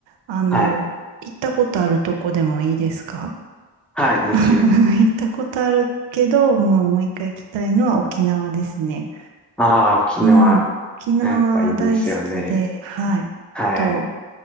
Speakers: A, on the right; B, in the centre.
A: あの、
B: はい。
A: 行ったことあるとこでもいいですか
B: はい、もちろん。
A: <laughs> 行ったことあるけど、もうもう一回行きたいのは沖縄ですね。
B: ああ、沖縄、
A: うん。沖縄大好きで、
B: やっぱいいですよね。
A: はい。
B: はい。
A: と、